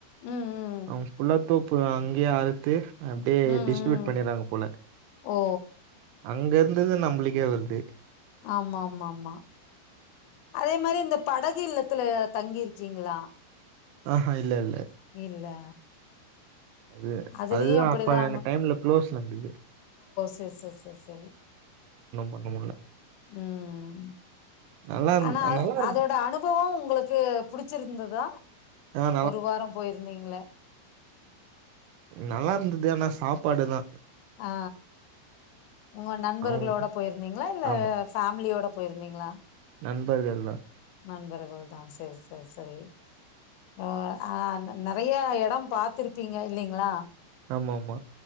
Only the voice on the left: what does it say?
ம் ம்
ம்
ம்
ஓ
ஆமாமாமா அதே மாரி இந்த படகில்ல த்துல தங்கியிருக்கீங்களா
இல்ல
அதுலயு
அப்படிதா
எஸ் எஸ் எஸ் தெரி
உம்
ஆனா
அதோட அனுபவொ உங்களுக்கு புடுச்சிருந்ததா
ஒரு வாரம் போயிருந்தீங்கள்ள
ஆ உங்க நண்பர்களோட
போயிருந்தீங்ளா இல்ல
ஃபேமிலியோட போயிருந்தீங்ளா
நண்பர்கள்தா சேர் சேரி ஓ ஆ நெறையா எடம் பாத்துருப்பீங்க இல்லைங்ளா